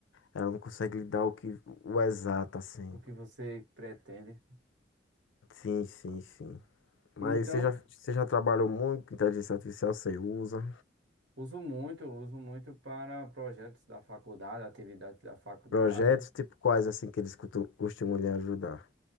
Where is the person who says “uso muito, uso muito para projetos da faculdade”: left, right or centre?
Right